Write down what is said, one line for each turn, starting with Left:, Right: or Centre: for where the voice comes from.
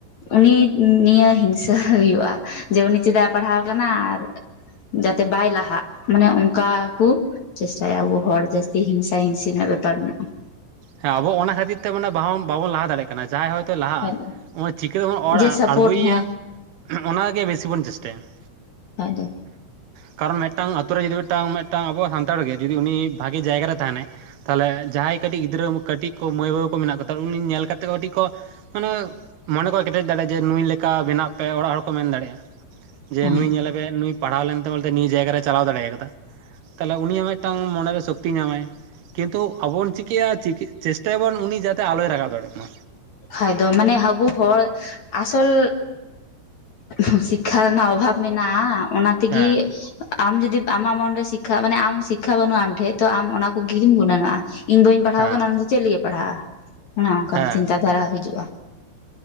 Left: ᱩᱱᱤ ᱱᱤᱭᱟᱹ ᱦᱤᱝᱥᱟᱹ ᱦᱩᱭᱩᱜᱼᱟ ᱡᱮ ᱩᱱᱤ ᱪᱮᱫᱟᱜ ᱮ ᱯᱟᱲᱦᱟᱣ ᱠᱟᱱᱟ ᱟᱨ ᱡᱟᱛᱮ ᱵᱟᱭ ᱞᱟᱦᱟᱜ ᱢᱟᱱᱮ ᱚᱱᱠᱟ ᱠᱩ ᱪᱮᱥᱴᱟᱭᱟ ᱟᱵᱚ ᱦᱚᱲ ᱡᱟᱥᱛᱤ ᱦᱤᱝᱥᱟ ᱦᱤᱝᱥᱤ ᱨᱮᱱᱟᱜ ᱵᱮᱯᱟᱨ ᱢᱮᱱᱟᱜ-ᱟ᱾
Right: ᱦᱮᱸ ᱟᱵᱚ ᱚᱱᱟ ᱠᱷᱟᱹᱛᱤᱨ ᱛᱮ ᱢᱟᱱᱮ ᱵᱟ ᱵᱟᱵ ᱞᱟᱦᱟ ᱫᱟᱲᱮᱭᱟᱜ ᱠᱟᱱᱟ ᱡᱟᱦᱟᱸᱭ ᱦᱚᱭ ᱛᱮᱭ ᱞᱟᱦᱟᱜᱼᱟ
Left: ᱢᱮᱱᱟᱜᱼᱟ
Right: ᱚᱱᱟ ᱪᱤᱠᱟᱹᱛᱮᱵᱚᱱ ᱚᱲ
Left: ᱡᱮ ᱥᱟᱯᱳᱨᱴ
Right: ᱟᱬᱜᱚᱭᱮᱭᱟ
Left: ᱦᱮᱸ
Right: ᱚᱱᱟ ᱨᱮᱜᱮ ᱵᱮᱥᱤ ᱵᱚᱱ ᱪᱮᱥᱴᱟᱭᱟ ᱾
Left: ᱠᱷᱟᱡ ᱫᱚ
Right: ᱠᱟᱨᱚᱱ ᱢᱤᱫᱴᱟᱝ ᱟᱛᱳ ᱨᱮ ᱡᱩᱫᱤ ᱢᱤᱫᱴᱟᱝ ᱢᱤᱫᱴᱟᱝ ᱟᱵᱚᱣᱟᱜ ᱥᱟᱱᱛᱟᱲ ᱜᱮ ᱡᱩᱫᱤ ᱩᱱᱤ ᱵᱷᱟᱜᱮ ᱡᱟᱭᱜᱟ ᱨᱮ ᱛᱟᱦᱮᱱᱟᱭ ᱛᱟᱦᱚᱞᱮ ᱡᱟᱦᱟᱸᱭ ᱠᱟᱹᱴᱤᱡ ᱜᱤᱫᱽᱨᱟᱹ ᱠᱟᱹᱴᱤᱡ ᱠᱚ ᱢᱟᱹᱭ ᱵᱟᱹᱵᱩ ᱠᱚ ᱢᱮᱱᱟᱜ ᱠᱚ ᱛᱟᱞᱮ ᱩᱱᱤ ᱧᱮᱞ ᱠᱟᱛᱮᱜ ᱠᱟᱹᱴᱤᱡ ᱠᱚ ᱢᱟᱱᱮ ᱢᱚᱱᱮ ᱠᱚ ᱠᱮᱴᱮᱡ ᱫᱟᱲᱮᱭᱟᱜᱼᱟ ᱡᱮ ᱱᱩᱭ ᱞᱮᱠᱟ ᱵᱮᱱᱟᱜ ᱯᱮ ᱚᱲᱟᱜ ᱦᱚᱲ ᱠᱚ ᱢᱮᱱ ᱫᱟᱲᱮᱭᱟᱜᱼᱟ ᱾ ᱡᱮ
Left: ᱦᱮᱸ
Right: ᱱᱩᱭ ᱧᱮᱞᱮ ᱯᱮ ᱱᱩᱭ ᱯᱟᱲᱦᱟᱣ ᱞᱮᱱᱛᱮ ᱵᱚᱞᱛᱮ ᱱᱤᱭᱟᱹ ᱡᱟᱭᱜᱟ ᱨᱮᱭ ᱪᱟᱞᱟᱣ ᱫᱟᱲᱮᱭᱟ ᱟᱠᱟᱫᱟ ᱛᱟᱦᱚᱞᱮ ᱩᱱᱤᱭᱟᱜ ᱢᱤᱫᱴᱟᱝ ᱢᱚᱱᱮᱨᱮ ᱥᱚᱠᱛᱤᱭ ᱧᱟᱢᱟᱭ᱾ ᱠᱤᱱᱛᱩ ᱟᱵᱚᱵᱚᱱ ᱪᱤᱠᱟᱹᱭᱟ ᱪᱮᱥᱴᱟᱭᱟᱵᱚᱱ ᱩᱱᱤ ᱡᱟᱛᱮ ᱟᱞᱚᱭ ᱨᱟᱠᱟᱵ ᱫᱟᱲᱮᱭᱟᱜ ᱢᱟ ᱾
Left: ᱦᱚᱭ ᱫᱚ ᱢᱟᱱᱮ ᱟᱵᱩ ᱦᱚᱲ ᱟᱥᱚᱞ ᱥᱤᱠᱠᱷᱟ ᱫᱚ ᱢᱟᱱᱮ ᱟᱵᱚ ᱦᱚᱲ ᱟᱥᱚᱞ ᱥᱤ ᱥᱤᱠᱠᱷᱟ ᱨᱮᱱᱟᱜ ᱚᱵᱷᱟᱵ ᱢᱮᱱᱟᱜᱼᱟ ᱚᱱᱟ ᱛᱮᱜᱮ
Right: ᱦᱮᱸ
Left: ᱟᱢ ᱡᱩᱫᱤᱢ ᱟᱢᱟᱜ ᱢᱚᱱᱮᱨᱮ ᱥᱤᱠᱠᱷᱟ ᱢᱟᱱᱮ ᱟᱢ ᱥᱤᱠᱠᱷᱟ ᱵᱟᱹᱱᱩᱜᱼᱟ ᱟᱢᱴᱷᱮᱡ ᱛᱚ ᱟᱢ ᱚᱱᱟᱠᱚᱜᱮᱢ ᱜᱩᱱᱟᱹᱱᱚᱜᱼᱟ ᱾ ᱤᱧ ᱵᱟᱹᱧ ᱯᱟᱲᱦᱟᱣ
Right: ᱦᱮᱸ
Left: ᱟᱠᱟᱱᱟ ᱩᱱᱤ ᱪᱮᱫ ᱞᱟᱹᱜᱤᱛ ᱮ ᱯᱟᱲᱦᱟᱜᱼᱟ ᱚᱱᱮ ᱚᱱᱠᱟᱱ
Right: ᱦᱮᱸ
Left: ᱪᱤᱱ ᱯᱟᱲᱦᱟᱣ ᱦᱤᱡᱩᱜᱼᱟ